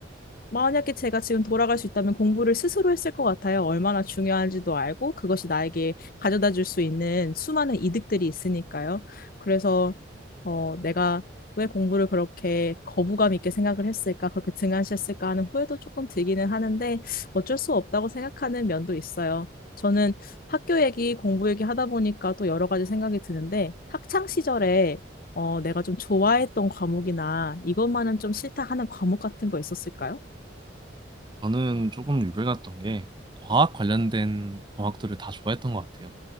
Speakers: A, on the left (about 50°); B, on the right (about 25°).
A: 만약에 제가 지금 돌아갈 수 있다면 공부를 스스로 했을 것 같아요. 얼마나 중요한지도 알고 그것이 나에게 가져다 줄 수 있는 수많은 이득들이 있으니까요. 그래서 어, 내가 왜 공부를 그렇게 거부감 있게 생각을 했을까, 그렇게 등한시했을까 하는 후회도 조금 들기는 하는데 어쩔 수 없다고 생각하는 면도 있어요. 저는 학교 얘기, 공부 얘기 하다 보니까 또 여러 가지 생각이 드는데 학창 시절에 어, 내가 좀 좋아했던 과목이나 이것만은 좀 싫다 하는 과목 같은 거 있었을까요?
B: 저는 조금 유별났던 게 과학 관련된 과학들을 다 좋아했던 것 같아요.